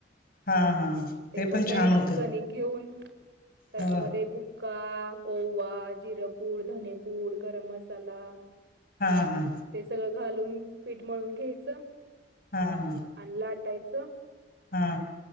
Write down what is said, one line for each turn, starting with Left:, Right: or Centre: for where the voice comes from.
Left: हा हा
Right: ते पण काय
Left: छान होतं
Right: कनिक घेऊन त्याच्यामध्ये
Left: हो
Right: बु का ओवा, जिरपूड, धनेपूड, गरम मसाला
Left: हां हां
Right: ते सगळं घालून पीठमळून घ्यायचं
Left: हा हा
Right: आणला आटायचं
Left: हा